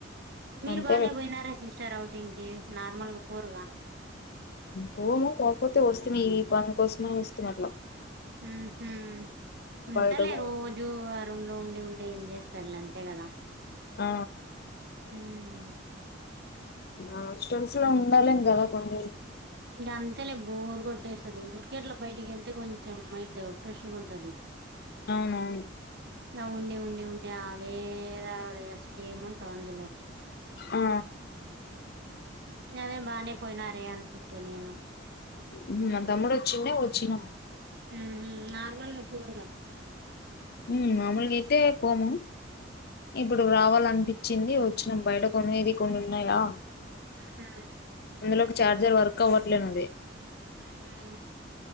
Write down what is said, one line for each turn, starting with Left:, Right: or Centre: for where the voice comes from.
Right: మీరు
Left: అంతేలే
Right: బాగనే బోయినారా సిస్టర్ అవుటింకి నార్మల్గా పోరు గా
Left: పోము కాక్పోతే ఒస్తిమీ ఈ పన్ను కోసమే ఒస్తిమీ అట్ల
Right: ఉహు ఉంతలే
Left: బయట కూడా
Right: రోజు యు వారంలో ఉండి ఉండి ఏన్ జేస్తళ్ళు అంతే గదా
Left: ఆ
Right: ఉ
Left: ఆ తుల్సివన్ ఉండలేం గదా కొన్నీ
Right: ఇంగా అంతేలే బోరూ గొట్టేస్తాది ఊర్కేట్లా బైటికెళ్తే కొంచెం మైండు ఫ్రెషుగుంటది.
Left: అవునవును
Right: ఇంగ ఉండి ఉండి ఉండి ఆదే దడ అస్లు ఏముంటావు అందులో
Left: ఆ
Right: అదే బానే పోయినారే అనుకుంటే నేను
Left: ఉమ్ తమ్ముడు ఒచ్చిండే ఒచ్చినా
Right: ఉమ్ హు నార్మల్గా పోరు గదా
Left: ఉమ్ మాముల్గ ఐతే పోము ఇప్పుడు రావాలన్పించ్చింది ఒచ్చిం బైట కొనేది కొన్ని ఉన్నాయా
Right: ఉహు
Left: అందులో ఒక ఛార్జర్ వర్క్ అవ్వట్లేన్ ఉంది
Right: ఉహు